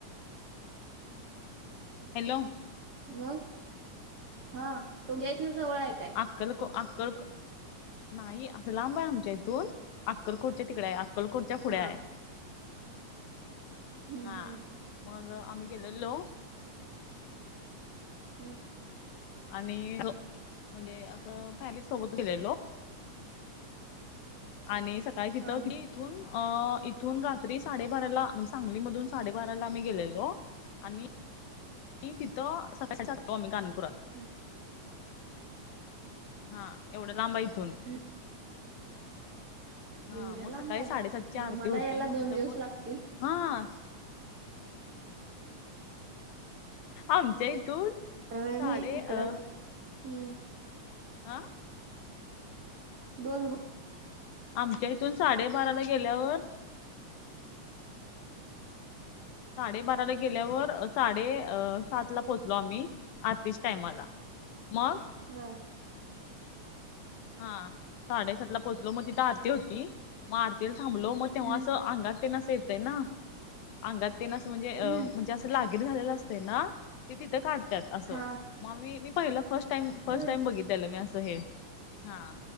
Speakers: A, on the left; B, on the right.
A: हॅलो
B: मग हा तो घ्याय इथनं जवळ आहे काय
A: अक्कलक अक्कल नाही असं लांब आहे आमच्या इथून अक्कलकोटच्या तिकडे आहे अक्कलकोटच्या पुढे
B: हा
A: आहे
B: हम्म
A: हा
B: हम्म
A: मग आम्ही गेलेलो.
B: ह.
A: आणि म्हणजे असं फाॅमेली सोबत गेलेलो आणि सकाळी तिथं
B: हा
A: कि इथून अ.. इथून रात्री साडेबाराला म्हण सांगलीमधून साडेबाराला आम्ही गेलेलो. आणि तिथं सकाळी जाततो आमी गानगापुरात
B: हमं.
A: हा. एवढं लांब आय इथून.
B: ह.
A: हा
B: येवढ्या
A: मग
B: लांब
A: सकाळी
B: आए?
A: साडेसातची
B: हा,
A: आरती
B: मला
A: होती
B: यायला
A: मग
B: दोन
A: तिथं
B: दिवस
A: प
B: लागतील.
A: हा. आमच्या इथून
B: अरे
A: साडे
B: मी इकडं
A: अं
B: हम्म
A: हं?
B: बोल बो
A: आमच्या इथून साडेबाराला गेल्यावर साडेबाराला गेल्यावर साडे अ सात ला पोचलो आम्ही आरतीच्या टायमाला. मग?
B: हा.
A: हा. साडेसातला पोचलो. म तिथं आरती होती. म आरतीला थांबलो म तेव्हा
B: हम्म
A: असं अंगातन असं येतय ना अंगात येणं असं म्हणजे अ
B: हम्म
A: म्हणजे अस लाकिट घालेल असतंय ना ते तिथं काढत्यात आसं.
B: हा
A: म आमी पहिलं फस्ट टाईम फस्ट
B: होय
A: टाईम बघितलेलं मी आसं हे. हा